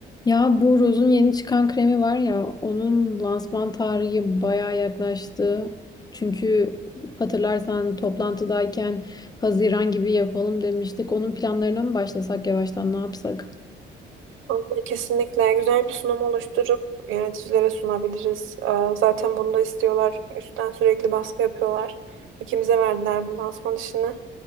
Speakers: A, on the left; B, on the right.
A: Ya bu Rose'un yeni çıkan kremi var ya onun lansman tarihi bayağı yaklaştı. Çünkü hatırlarsan toplantıdayken Haziran gibi yapalım demiştik. Onun planlarına mı başlasak yavaştan ne yapsak?
B: Aynen, Kesinlikle güzel bir sunum oluşturup yöneticilere sunabiliriz. Ee, Zaten bunu da istiyorlar. Üstten sürekli baskı yapıyorlar. İkimize verdiler bu lansman işini.